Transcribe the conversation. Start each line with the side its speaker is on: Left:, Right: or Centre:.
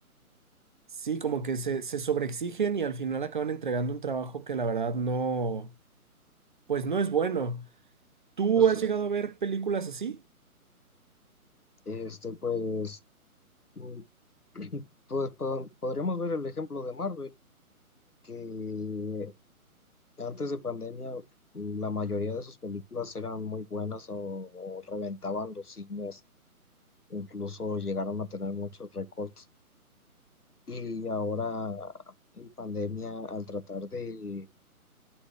Right: Sí, como que se, se sobreexigen y al final acaban entregando un trabajo que la verdad no, pues no es bueno. ¿Tú
Left: Pues,
Right: has llegado a ver películas así?
Left: este, pues, mm, <clears throat> pues po- podríamos ver el ejemplo de Marvel, que antes de pandemia mm, la mayoría de sus películas eran muy buenas o o reventaban los cines, incluso llegaron a tener muchos récords Y ahora en pandemia, al tratar de